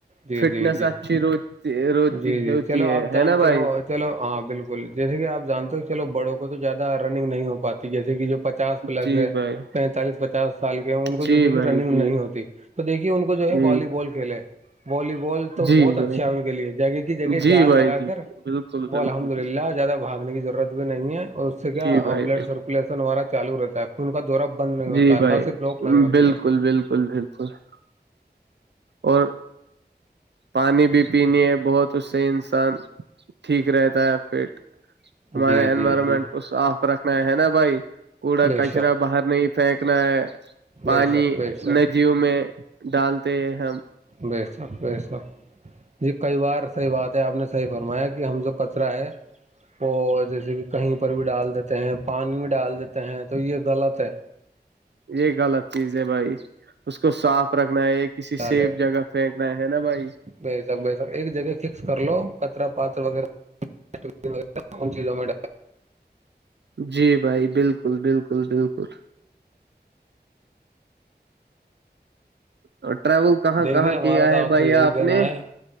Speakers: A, on the right; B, on the right.
A: جی
B: فٹنس
A: جی جی
B: اچھی روتی روتی
A: جی جی
B: ہوتی
A: چلو
B: ہے
A: آپ جانتے
B: ہے نا بھائی
A: ہو چلو ہاں بالکل جیسے کہ آپ جانتے ہو چلو بڑوں کو تو زیادہ رننگ نہیں ہو پاتی جیسے کہ جو پچاس پلس
B: جی
A: ہے
B: بھائی
A: پینتالیس پچاس سال کے ان کو جو
B: جی
A: دیکھیے
B: بھائی
A: رننگ
B: جی
A: نہیں ہوتی تو دیکھیے ان کو جو ہے
B: جی
A: والی بال کھیلے والی بال تو
B: جی
A: بہت اچھا
B: بھائی
A: ہے ان کے لیے جگہ کی جگہ
B: جی
A: جال
B: بھائی
A: لگا
B: جی
A: کر
B: بالکل بالکل
A: وہ الحمد للہ زیادہ بھاگنے کی ضرورت بھی نہیں ہے اور اس سے کیا
B: جی بھائی
A: بلڈ سرکولیٹ نا چالو رہتا ہے خون کا دورہ بند نہیں
B: جی
A: ہوتا ہے
B: بھائی
A: نہ صرف لوک نہیں ہوتی
B: بالکل
A: ہے
B: بالکل بالکل <unintelligible> اور پانی بھی پین ہے بہت تو اس سے انسان ٹھیک رہتا ہے پیٹ ہمارے
A: جی
B: انوائرمنٹ
A: جی جی
B: کو صاف رکھنا ہے ہے نا بھائی کوڑا
A: بے
B: کچرا
A: شک
B: باہر نہیں پھینکنا ہے پانی
A: بے شک بے شک
B: ندیوں میں ڈالتے ہیں ہم
A: بسخ بسخ جی کئی بار صحی بات ہے آپ نے صحیح فرمایا کہ ہم جو کچرا ہے وہ جیسے کہ کہیں پر بھی ڈال دیتے ہیں پانی بھی ڈال دیتے ہیں تو یہ غلط ہے
B: یہ غلط چیز ہے بھائی اس کو صاف رکھنا ہے کسی
A: ڈال
B: سیف
A: ہے
B: جگہ پھینکنا ہے نا بھائی
A: بے شک بے شک ایک جگہ فکس کر لو کچرا پات وغیرہ <unintelligible> کون چیزوں میں
B: جی بھائی بالکل بالکل بالکل اور ٹریول کہاں
A: دیکھیے
B: کہاں
A: ہمارا
B: کیا
A: تو
B: ہے بھائی
A: سے یہی
B: آپ
A: کہنا
B: نے
A: ہے